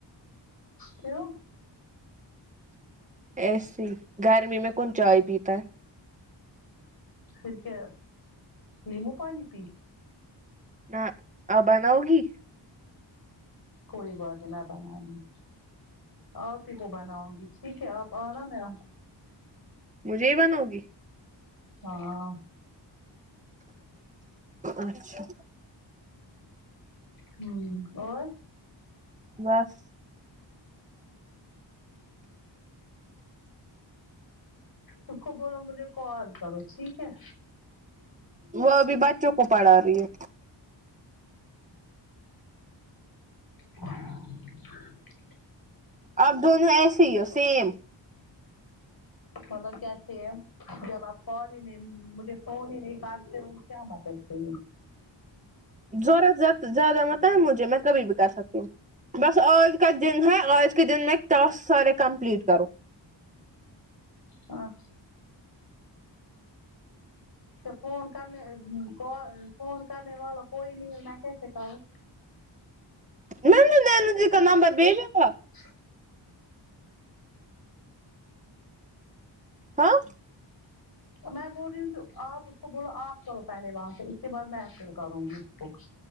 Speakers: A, on the left; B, on the right.
A: کیوں
B: ایسے ہی گرمی میں کون چائے پیتا ہے
A: پھر کیا نیمو پانی پی
B: نہ آپ بناؤ گی
A: کوئی بات نہیں میں بنارہی ہوں آپ ہی کو بناؤں گی ٹھیک ہے آپ آنا میں
B: مجھے ہی بناؤ گی
A: ہاں
B: اچھا
A: ہوں اور
B: بس
A: اس کو بولو مجھے کال کرو ٹھیک ہے
B: وہ ابھی بچوں کو پڑھا رہی ہے
A: <inaudible>
B: اب دونوں ایسے ہی ہو سیم
A: مطلب کیا سے جب آپ کال ہی نہیں مجھے فون ہی نہیں کارتے ہو کیا متتے
B: ضوروزت زیادہ متا ہے مجھے میں کبھی بھی بتا سکتی ہوں بس آج کا دن ہے آج کے دن میں ٹاسک سارے کمپلیٹ کرو
A: ہاں فون کرنے ک فون کرنے والا کوئی ہے میں کیسے کروں
B: مینے نانا جی کا نمبر بجا تھا
A: س
B: ہاں
A: میں بول رہی ہوں ک آپ اس کو بولو آپ کرو پہلے وہاں سے اس کے بعد میں فر کروں گی اس کو